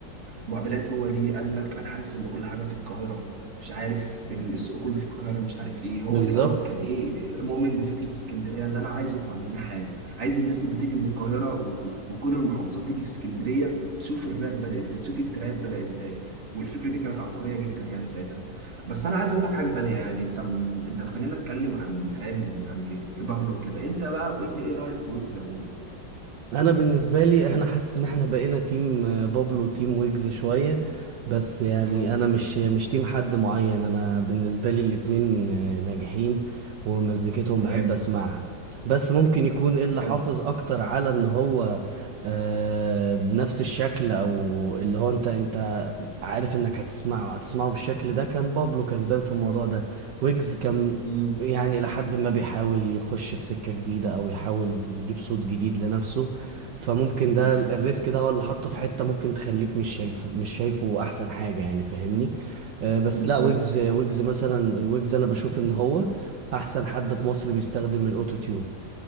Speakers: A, on the right (about 40°); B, on the right (about 70°).
A: معادلات هو ليه قال لك انا حاسس ان كل حاجه في القاهره مش عارف السوق كله في القاهره مش عارف ايه هو
B: بالظبط
A: في الاول كان ايه مؤمن بفكره اسكندريه اللي انا عايز اطلع منها حاجه عايز الناس اللي تيجي من القاهره وك- وكل المحافظات تيجي في اسكندريه تشوف الراب بدا ازاي تشوف التراب بدا ازاي والفكره دي كانت عبقريه جدا يعني ساعتها بس انا عايز اقول لك حاجه تانية يعني انت انت خلينا نتكلم عن فاهم يعني بابلو كده انت بقى قول لي ايه رايك في ويجز عموما
B: انا بالنسبه لي انا حاسس ان احنا بقينا تيم آه، بابلو وتيم ويجز شويه بس يعني
A: مم.
B: انا مش مش تيم حد معين انا بالنسبه لي الاتنين آه، ناجحين ومزيكتهم
A: تمام
B: بحب اسمعها بس ممكن يكون إيه اللي
A: حلو
B: حافظ اكتر على ان هو آه، بنفس الشكل او اللي هو انت انت عارف انك هتسمعه هتسمعه بالشكل ده كان بابلو كسبان في الموضوع ده ويجز كان
A: مم.
B: يعني لحد ما بيحاول يخش في سكة جديدة او يحاول يجيب صوت جديد لنفسه فممكن ده
A: تمام
B: ال- الريسك ده هو اللي حطه في حتة ممكن تخليك مش شايف مش شايفه احسن حاجة يعني فاهمني آه، بس
A: بالظبط
B: لا ويجز ويجز مثلا ويجز انا بشوف ان هو احسن حد في مصر بيستخدم الاوتو تيون